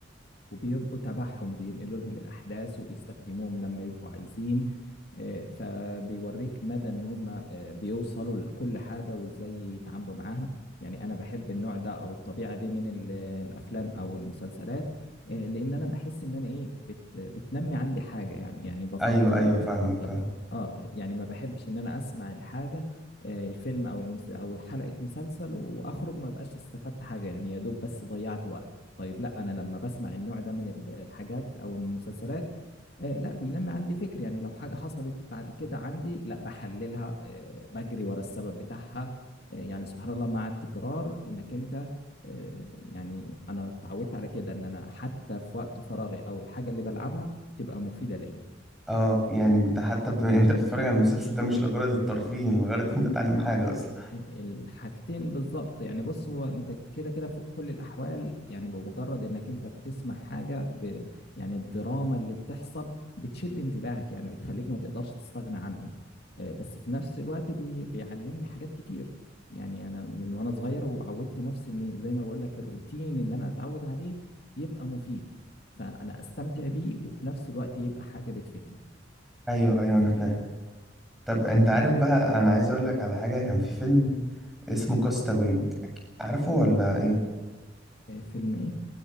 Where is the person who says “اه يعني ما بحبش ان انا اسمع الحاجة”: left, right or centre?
Left